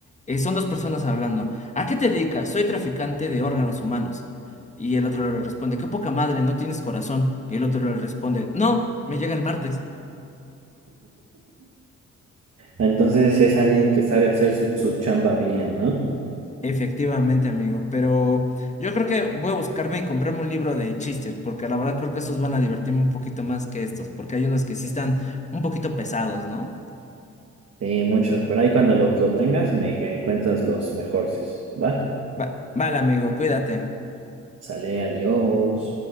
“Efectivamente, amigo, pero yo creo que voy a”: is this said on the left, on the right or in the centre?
Left